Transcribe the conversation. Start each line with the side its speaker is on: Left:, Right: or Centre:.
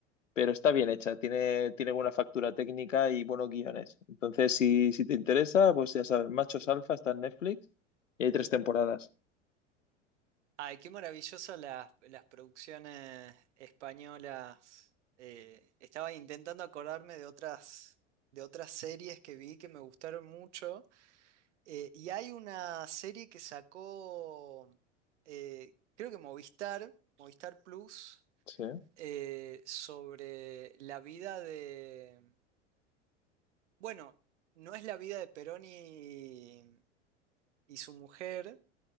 Left: pero está bien hecha, tiene, tiene buena factura técnica y buenos guiones. Entonces, si, si te interesa, pues ya sabes, Machos Alfa está en Netflix y hay tres temporadas.
Right: Ay, qué maravillosas las, las producciones españolas. Eh, estaba intentando acordarme de otras, de otras series que vi que me gustaron mucho. Eh, y hay una serie que sacó, eh, creo que Movistar, Movistar Plus
Left: Sí.
Right: eh, sobre la vida de... Bueno, no es la vida de Perón y, y su mujer